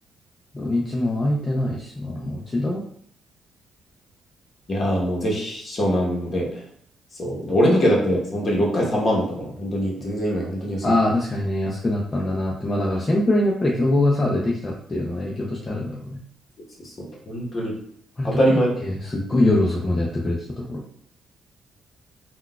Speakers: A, on the left; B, on the left.
A: 土日も空いてないしな。町田
B: いやーもうぜひ湘南で。そう。で俺の時はだって本当に6回3万だったから、本当に全然今や本当に安い。
A: ああ、確かにね、安くなったんだなって。まあだからシンプルにやっぱり競合がさ、出てきたっていうのは影響としてあるんだろうね。
B: そうそう。本当に当たり前。
A: あれ、どこだっけすっごい夜遅くまでやってくれてたところ。
B: ん